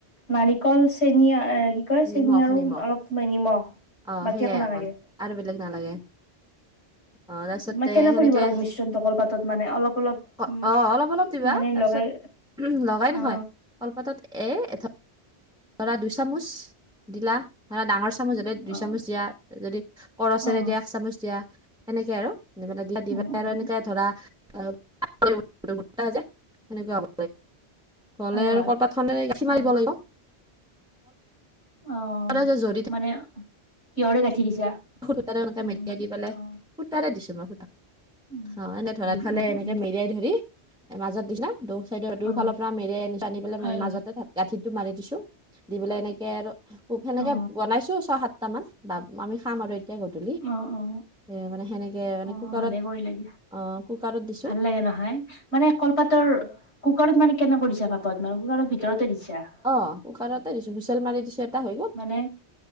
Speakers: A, on the left; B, in the centre.
A: নাৰিকল চেনি আ কয় চেনি
B: নিমখ
A: আৰু
B: নিমখ
A: অলপ নিমখ
B: অ
A: বাকী
B: সেইয়াই
A: একো নালাগে।
B: অকল আৰু বেলেগ নালাগে। অ' তাৰপিছতে
A: মই কেনেকৈ
B: সেনেকে
A: দিব লাগিব মিশ্ৰণটো কলপাতত মানে অলপ অলপ
B: অ
A: উম
B: অ অলপ অলপ দিবা
A: মানে
B: তাৰপিছত
A: লগাই
B: উ লগাই নহয়
A: অ
B: কলপাতত এ এ ধৰা দুই চামুচ দিলা ধৰা ডাঙৰ চামুচ হ'লে দুই
A: অ
B: চামুচ দিয়া। যদি কৰচেৰে
A: অ
B: দিয়া এক চামুচ দিয়া। সনেকে আৰু দিবলে দিবা
A: উম উম
B: আৰু এনেকে ধৰা অ <unintelligible> সেনেকুৱা হব। হলে
A: হয়
B: আৰু
A: হয়
B: কলপাত খনে গাঠি
A: অ
B: মাৰিব লাগিব।
A: অ',
B: যে জৰি
A: মানে কিহৰে গাঁঠি দিছা?
B: সূতাতে এনেকে
A: উম
B: মেৰিয়াই দি পেলাই
A: অ
B: সূতাৰে দিছো মই সূতা।
A: উম
B: অ', এনে ধৰাল
A: উম
B: ফালে
A: উম
B: এনেকে
A: উম
B: মেৰিয়াই ধৰি মাজত দিনা <unintelligible> চাইদৰ দুইফালৰ
A: অ
B: পৰা মেৰিয়াই আনি পেলাই
A: হয় হয়
B: মাজতে গাঁঠিটো মাৰি দিছো, দি পেলাই এনেকে আৰু <unintelligible> সেনেকে
A: অ
B: বনাইছো ছয় সাতটামান বা আমি খাম আৰু এতিয়া গধূলি,
A: অ অ
B: এ মানে সেনেকে মানে
A: অ
B: কুকাৰত
A: ভালে কৰিলা দিয়া
B: অ', কুকাৰত দি
A: ভাল লাগে নহয়, মানে কলপাতৰ কুকাৰত মানে কেনেকৈ দিছা ভাপত মানে কুকাৰৰ ভিতৰতে দিছা।
B: অ', কুকাৰতে দিছো হুইচেল মাৰি দিছো তাৰ হৈ গ'ল,
A: মানে